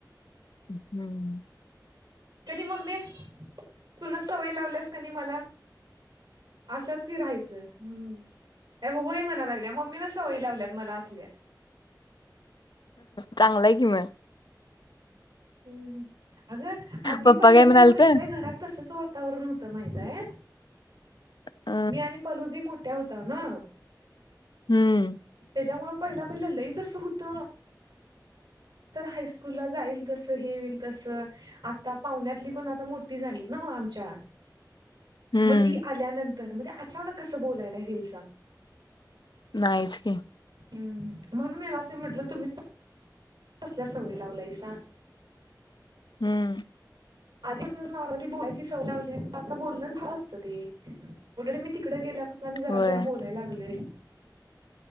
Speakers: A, on the left; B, on the right.
A: हम्म
B: कनी मम्मी तुन सवयी लावल्यास कनी मला अशाच कि राहायचंय हम्म अ वई म्हणा लागल्या मम्मी न सवय लावल्यात मला असल्या
A: चांलंय कि म
B: हम्म अगं आधी
A: पप्पा
B: पहिला
A: काय म्हणाल
B: पहिला माहितय
A: तर
B: घरात तसच वातावरण होतं माहितय
A: अ
B: मी आणि पलूदी मोठ्या होत ना
A: हम्म
B: प पत हाक त आता पाहुण्यातली पण आ मोठी झाली न आमच्या
A: हम्म
B: मग ती आल्यानंतर मणजे अचानक कसं बोलायला हिलस
A: नाहीच की
B: हम्म म्हणून असे म्हंटलं तुम्हीच सल्या सवयी लावलाय स
A: हम्म
B: आधी असून नॉर्मली बोलायची सवय लावली असती आता नॉर्मल बोलणं झालं असतं ते ऑलरेडी मी तिकडे गेल्यापासून आणि जरा
A: वय
B: जरा बोलायला लागलो य